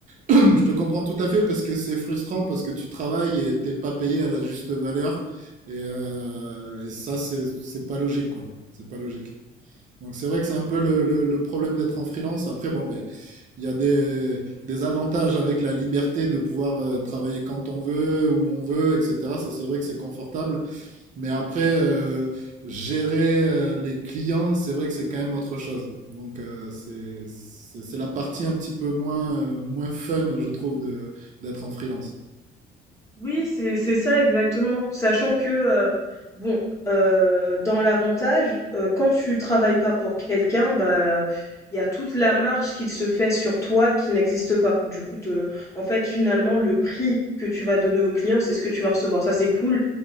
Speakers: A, on the right (about 45°); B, on the left (about 15°).
A: <clears throat> je te comprends tout à fait parce que c'est frustrant parce que tu travailles et t'es pas payé à la juste valeur. Et, euh, et ça, c'est c'est pas logique, quoi. C'est pas logique. Donc c'est vrai que c'est un peu le, le- le problème d'être en freelance. Après, bon, ben, il y a des, des avantages avec la liberté de pouvoir euh, travailler quand on veut, où on veut, etc. Ça, c'est vrai que c'est confortable. Mais après, euh, gérer euh, les clients, c'est vrai que c'est quand même autre chose. Donc euh, c'est, c'est, c'est la partie un petit peu moins, euh, moins fun, je trouve, de, d'être en freelance.
B: Oui, c'est c'est ça exactement. Sachant que, heu, bon, heu, dans l'avantage, heu, quand tu travailles pas pour quelqu'un, bah, il y a toute la marge qu'il se fait sur toi qui n'existe pas. Du coup, te en fait, finalement, le prix que tu vas donner au client, c'est ce que tu vas recevoir. Ça, c'est cool,